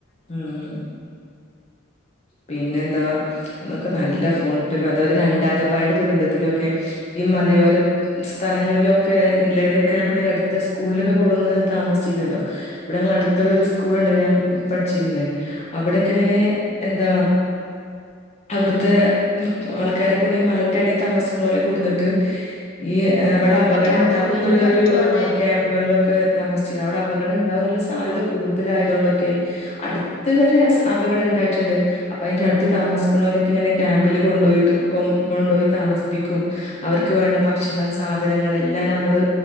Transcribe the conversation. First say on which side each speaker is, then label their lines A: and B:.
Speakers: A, on the left; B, on the left.
A: ഉം പിന്നെ എന്താ എന്നൊക്കെ നല്ല ഫോൺ <unintelligible> രണ്ടായിരത്തിപതിനെട്ട് ദുരന്തത്തിലൊക്കെ ഈ മലയോരം സ്ഥലങ്ങളിലൊക്കെ നിലവരൊക്കെ നമ്മള് ഈ അടുത്ത സ്കൂളിലൊക്കെ കൊടുന്ന് താമസിച്ചിരുന്നല്ലോ ഇവിടെ ങ്ങട്ത്തുള്ള ഒരു സ്കൂളുണ്ട് ഞാൻ പഠിച്ചിന്ന് അവിടെക്കെ ഇങ്ങനെ എന്താ അവിടുത്തെ ഇൻക് ആൾക്കാരെ കൊണ്ട് മലന്റെ അടി താമസിക്കണോലെ കൊടുന്നിട്ട് ഈ ഇവിടെ അപകടം
B: ഈ ക്യാമ്പുകളിലും
A: ഇണ്ടാകും ന്നുള്ളൊരു
B: മറ്റും അതെ
A: ആഹ് ക്യാമ്പുകളിലൊക്കെ നമസ് അവിടെ അപകടം ഇണ്ടാവാനുള്ള സാധ്യത കൂടുതലായതോണ്ടൊക്കെ അടുത്ത് വരെ അപകടം ഉണ്ടായിട്ടുണ്ട് അപ്പൊ അതിന്റെ അടുത്ത് താമസിക്കുണോരൊക്കെ ഇങ്ങനെ ക്യാമ്പില് കൊണ്ടോയിട് കൊ കൊണ്ടോയി താമസിപിക് ക്കും അവർക്ക്
B: ഉം
A: വേണ്ട ഭക്ഷണം സാധനങ്ങളെല്ലാം നമ്മള്